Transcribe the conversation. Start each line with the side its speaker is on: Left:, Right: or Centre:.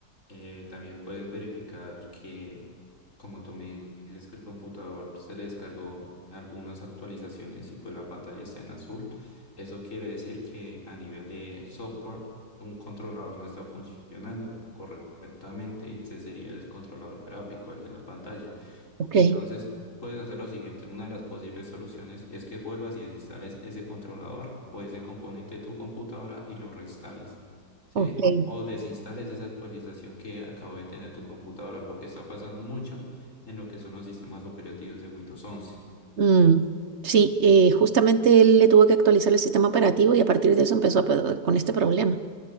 Left: Eh, también puedes verificar que, como tú me dices, que el computador se le descargó algunas actualizaciones y pues la pantalla está en azul. Eso quiere decir que a nivel de software, un controlador no está funcionando correctamente y ese sería el controlador gráfico, el de la pantalla.
Right: Ok,
Left: Entonces, puedes hacer lo siguiente. Una de las posibles soluciones es que vuelvas y desinstales ese controlador o ese componente de tu computadora y lo reinstales, ¿sí?
Right: ok.
Left: O desinstales esa actualización que acabo de tener tu computadora porque está pasando mucho en lo que son los sistemas operativos de Windows 11.
Right: Mm, sí, eh, justamente él le tuvo que actualizar el sistema operativo y a partir de eso empezó a pe- con este problema.